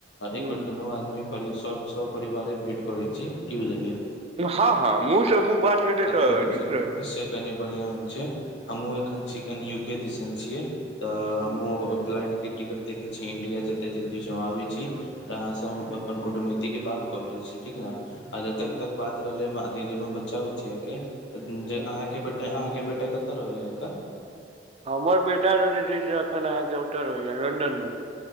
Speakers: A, on the right; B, on the left.
A: हूँ
B: एक बेर दुनू आदमी पर सपरिवारे भेँट करैत छी, की बुझलियै?
A: हँ - हँ मुँहसँ -मुँह बात हेतै तऽ
B: करै छै
A: नीक रहै।
B: से कनि बढ़िआँ होइ छै, हमहूँ एखन छी कनि यूके दिसन छियै। तऽ हमहुँ
A: हूँ
B: फ्लाइट के टिकट देखै छियै, इंडिया जते जल्दी होइ छै हम आबै छी, तऽ आहां
A: हूँ
B: अपन कुटुमैतिक के बात कऽ लै छी ठीक ने, आ जतक
A: हूँ
B: तक बात रहले दुनू बच्चा- बच्चिया के, जे
A: हूँ।
B: अहाँके बेट अहाँके बेटा कतऽ रहैया एखन?
A: हमर बेटा जे छै से अखन अहाँके उतऽ रहैया, लंन्दन में।